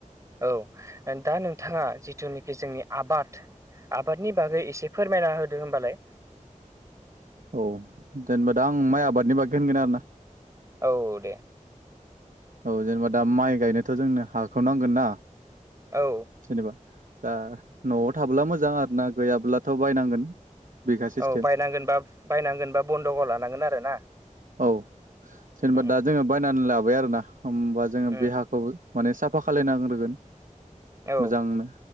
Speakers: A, on the right; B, on the right.
A: औ दा नोंथांङा जिथुनाखि जोंनि आबाद आबादनि बागै एसे फोरमायना होदो होनबालाय
B: औ जेनेबा दा आं माइ आबादनि बागै होनगोन आरो ना
A: औ दे
B: औ जेनेबा दा माइ गायनोथ' जोंनो हाखौ नांगोन ना
A: औ
B: जेनेबा दा न'आव थाबोला मोजां आरो ना गैयाब्लाथ' बायनांगोन बिगा सिस्टेम
A: औ बायनांगोन बा बायनांगोन बा बन्द'कआव लानांगोन आरो ना
B: औ जेनेबा
A: उम
B: दा जोङो बायनानै लाबाय आरोना होमबा जोङो
A: उम
B: बे हाखौ माने साफा खालाय नांग्रोगोन
A: औ
B: मोजांनो